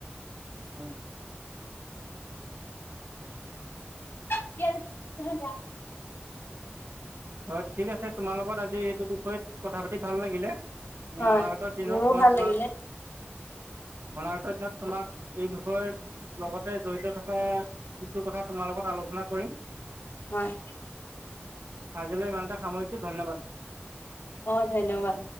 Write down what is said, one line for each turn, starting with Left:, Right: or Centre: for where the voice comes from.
Right: হয়
Left: <unintelligible>
Right: হ'য়। ঠিক আছে, তোমাৰ লগত আজি এইটো বিষয়ত কথা পাতি ভাল লাগিলে। মই
Left: হয়
Right: অনাগত দিনত
Left: মোৰো
Right: মই
Left: ভাল
Right: তোমাক,
Left: লাগিলে
Right: অনা গত দিনত তোমাক এই বিষয়ৰ লগতে জড়িত থকা কিছু কথা তোমাৰ লগত আলোচনা কৰি
Left: হ'য়।
Right: আজিলৈ ইমানটে সামৰিছোঁ। ধন্যবাদ।
Left: অঁ, ধন্যবাদ।